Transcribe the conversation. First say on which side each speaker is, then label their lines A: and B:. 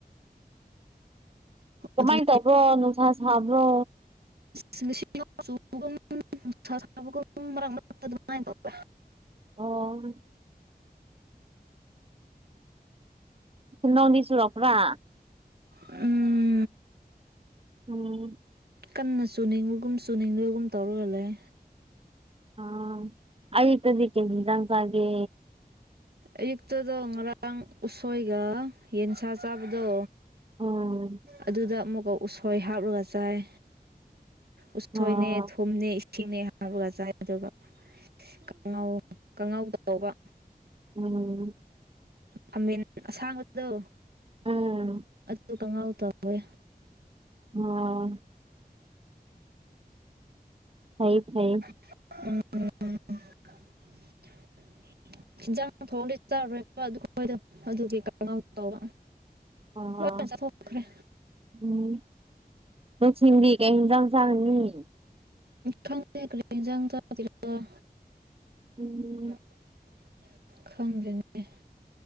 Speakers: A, on the right (about 35°); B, on the right (about 75°).
A: ꯀꯃꯥꯏꯅ
B: ꯑꯗꯨꯒꯤ
A: ꯇꯧꯕ꯭ꯔꯣ ꯅꯨꯡꯁꯥ ꯁꯥꯕ꯭ꯔꯣ
B: ꯂꯤꯁꯤꯡ ꯁꯕꯒꯨꯝꯅꯨꯡꯕꯒ ꯃꯔꯛ ꯃꯔꯛꯇ ꯑꯗꯨꯃꯥꯏꯅ ꯇꯧꯋꯦ
A: ꯑꯣ ꯅꯧꯅꯤ ꯆꯔꯈ꯭ꯔꯥ
B: ꯎꯝ
A: ꯎꯝ
B: ꯀꯟꯅ ꯆꯨꯅꯤꯡꯕꯒꯨꯝ ꯆꯨꯅꯤꯡꯕꯒꯨꯝ ꯇꯧꯔꯒ ꯂꯩ
A: ꯑ ꯑꯩ ꯇ ꯑꯗꯨꯀꯦ ꯅꯤꯡꯗꯥꯪꯁꯒꯦ
B: ꯑꯌꯨꯛꯇꯗꯣ ꯉꯔꯥꯡ ꯎꯁꯣꯏꯒ ꯌꯦꯟꯁꯥ ꯆꯥꯕꯗꯣ
A: ꯎꯝ
B: ꯑꯗꯨꯗ ꯑꯃꯨꯛꯀ ꯎꯁꯣꯏ ꯍꯥꯞꯂꯒ ꯆꯥꯏ ꯎꯁꯣꯏꯅꯦ
A: ꯑꯣ
B: ꯀꯨꯝꯅꯦ ꯏꯁꯤꯡꯅꯦ ꯍꯥꯥꯡꯄꯨꯔ ꯆꯥꯏ ꯑꯗꯨꯒꯉꯥꯎ ꯀꯉꯥꯎꯗꯧꯕ
A: ꯎꯝ
B: ꯈꯥꯃꯦꯟ ꯑꯁꯥꯡꯕꯗꯣ
A: ꯎꯝ
B: ꯑꯗꯨ ꯀꯪꯉꯥꯎ ꯇꯧꯋꯦ
A: ꯑꯣ ꯐꯩ ꯐꯌꯦ
B: ꯎꯝ ꯍꯤꯟꯖꯥꯡ ꯐꯣꯡꯗꯤ ꯆꯥꯔꯣꯏꯕ ꯑꯗꯨꯣꯏꯗꯣ <unintelligible> ꯑꯗꯨꯒꯤ ꯀ ꯇꯧꯕ
A: ꯑꯣ
B: ꯂꯣꯢꯅ ꯆꯠꯊꯣꯛꯈ꯭ꯔꯦ
A: ꯎꯝ ꯂꯧꯁꯤꯡꯤꯡꯗꯤ ꯀꯩ ꯌꯦꯡꯖꯥꯡ ꯆꯥꯡꯅꯤ
B: ꯈꯪ ꯈꯔꯤꯖ
A: ꯎꯝ
B: <unintelligible> ꯈꯪꯗꯦꯅꯦ